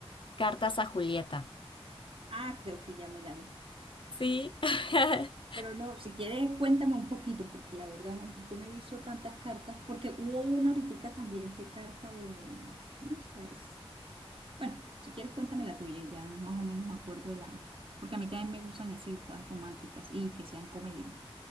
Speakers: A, on the left; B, on the right.
A: Cartas a Julieta.
B: Ah, creo que ya me la vi.
A: Sí. <laughs>
B: Pero no, si quieres, cuéntame un poquito, porque la verdad no, yo me he visto tantas cartas, porque hubo una ahorita también que carta, al- ¿cómo es? las Bueno, si quieres cuéntame la tuya y ya más o menos me acuerdo de la... Porque a mí también me gustan así, todas románticas y que sean comedia.